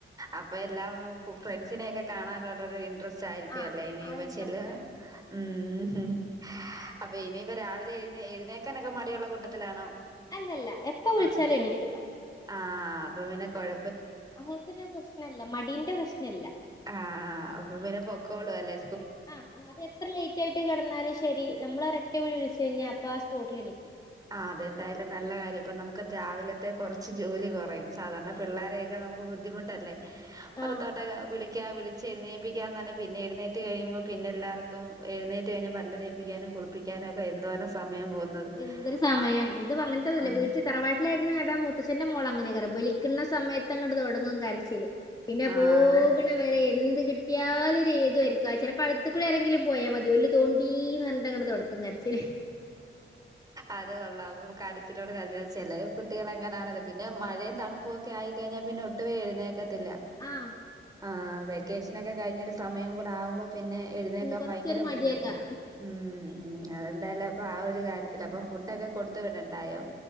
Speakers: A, on the right; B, on the left.
A: അപ്പൊ എല്ലാം ഫ്രണ്ട്സിനൊക്കെ. കാണാനോരോരോ ഇൻട്രസ്റ്റ് ആയിരിക്കും
B: ആഹ്
A: അല്ലേ ഇനിപ്പ
B: ആ ഒരു ഇൻട്രസ്റ്റ്
A: ചെല്ല ഉം. അപ്പ ഇനിയിപ്പ രാവിലെ എഴ്ന്നേ എഴ്ന്നേക്കാനൊക്കെ മടിയുള്ള കൂട്ടത്തിലാണോ?
B: അല്ലല്ല എപ്പ വിളിച്ചാലും
A: ആഹ്
B: എനിക്കുട്ടോ.
A: ആഹ് അപ്പ പിന്നെ കൊഴ
B: അങ്ങനെത്തൊരു പ്രശ്നല്ല മടീന്റെ പ്രശ്നല്ല
A: ആഹ് അപ്പൊ പിന്നെ പൊക്കോളൂ അല്ലെ
B: ആഹ് അതെത്ര ലേറ്റ് ആയിട്ട് കടന്നാലും ശരി നമ്മളൊരൊറ്റവിളി വിളിച്ച് കഴിഞ്ഞാ അപ്പൊ ആ സ്പോട്ടിലെണീക്കും
A: ആഹ് അതെന്തായാലും നല്ല കാര്യം അപ്പൊ നമുക്ക് രാവിലത്തെ കൊറച്ച് ജോലി കുറയും സാധാരണ പിള്ളാരെയൊക്കെ നമുക്ക് ബുദ്ധിമുട്ടല്ലേ പുറത്തോട്ടൊ
B: ആഹ്
A: വിളി ക്യാ വിളിച്ചെഴുന്നേപ്പിക്കാൻതന്നെ ക്ക, പിന്നെ എഴുന്നേറ്റ് കഴിയുമ്പോ പിന്നെല്ലാർക്കും എഴുന്നേറ്റ് കഴിഞ്ഞാ പല്ല് തേപ്പിക്കാനും കുളി പ്പിക്കാനൊക്കെ എന്തോരം സമയം പോകുന്നത്
B: എന്തൊരു സമയാണ്
A: ആ
B: ഇത് വന്ന്ട്ടൊന്നുല്ല
A: ഉം
B: വീട്ടിൽ തറവാ ട്ടിലായിരുന്നു എടാ മൂത്തച്ഛന്റെ മോളങ്ങനേക്കാരം വിളിക്കുന്ന സയത്ത് അങ്ങട്ട് തുടങ്ങും കരച്ചില് പിന്നെ
A: ആ
B: പോക്ണ വരെ എന്ത് കി ട്ടിയാലും ഒരു ഏതുവഴിയിരിക്കും അത് ചിലപ്പോ അടുത്തുക്കുടി ആരെങ്കിലും പോയാ മതി ഓല് തോണ്ടീന്ന് പറഞ്ഞിട്ട് തൊട്ത്തും കരച്ചില്
A: അത് കൊള്ളാം അപ്പ കരച്ചിലോട് കരച്ചില ചെലേ കുട്ടികളങ്ങനാണല്ല പിന്നെ മഴയും തണുപ്പൊ ക്കെയായിഴിഞ്ഞാൽ പിന്നെ ഒട്ടുവേ എഴുന്നേക്കത്തില്ല
B: ആഹ്
A: ആഹ് വെക്കേഷൻ ഒക്കെ കഴിഞ്ഞൊരു സമയം കൂടാവുമ്പോ പിന്നെ എഴുന്നേക്കാൻ
B: ഇനി കൊറച്ചൊരു
A: ഭയങ്കര
B: മടിയേക്കാരം
A: ബുദ്ധിമുട്ട ഉം ഉം അതെന്തായാലും അപ്പം ആ ഒരു കാര്യത്തില് അപ്പം ഫുഡൊക്കെ കൊടുത്ത് വിടണ്ടായോ